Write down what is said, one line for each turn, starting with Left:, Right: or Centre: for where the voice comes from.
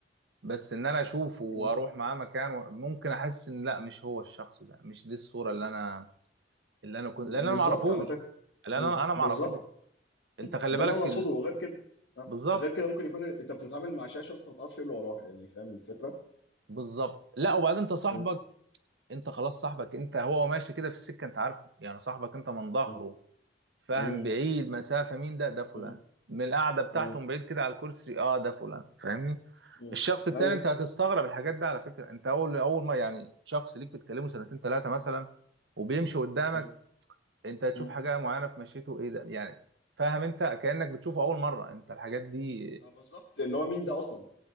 Right: بس ان انا اشوفه واروح
Left: مم.
Right: معاه مكان و- ممكن احس ان لا مش هو الشخص ده مش دي الصوره اللي انا اللي انا كنت
Left: بالظبط
Right: لان انا ما اعرفوش
Left: على فكره
Right: لان
Left: مم.
Right: انا انا ما
Left: بالظبط
Right: اعرفوش انت
Left: مم.
Right: خلي
Left: ده
Right: بالك
Left: اللي انا اقصده
Right: ال...
Left: وغير كده أه.
Right: بالظبط
Left: غير كده ممكن يكون انت بتتعامل مع شاشه انت ما تعرفش ايه اللي وراها يعني فاهم الفكره
Right: بالظبط لا وبعدين انت صاحبك
Left: مم.
Right: انت خلاص صاحبك انت هو ماشي كده في السكه انت عارف يعني صاحبك انت من
Left: مم.
Right: ظهره فاهم
Left: مم.
Right: بعيد مسافه مين ده ده فلان
Left: مم.
Right: من القعده بتاعته
Left: مم.
Right: من بعيد كده على الكرسي اه ده فلان فاهمني
Left: مم.
Right: الشخص التاني
Left: ايوه
Right: انت هتستغرب الحاجات دي على فكره انت اول اول ما يعني شخص ليك بتكلمه سنتين ثلاثه مثلا وبيمشي قدامك
Left: مم.
Right: انت هتشوف
Left: مم.
Right: حاجه معينه في مشيته ايه ده يعني فاهم انت كانك بتشوفه اول مره انت الحاجات دي
Left: ما بالظبط اللي هو مين ده اصلا